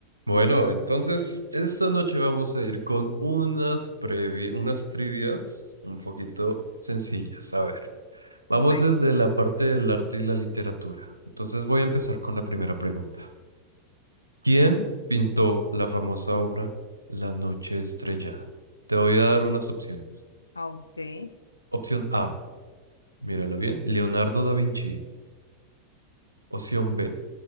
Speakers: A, on the right (about 85°); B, on the left (about 75°).
A: Bueno, entonces esta noche vamos a ir con unas previ- unas trivias un poquito sencillas. A ver, vamos
B: Ay,
A: desde
B: qué...
A: la parte del arte y la literatura. Entonces voy a empezar con la primera pregunta. ¿Quién pintó la famosa obra La Noche Estrellada? Te voy a dar unas opciones.
B: ah, Ok,
A: Opción A, mírala bien, Leonardo da Vinci. Opción B,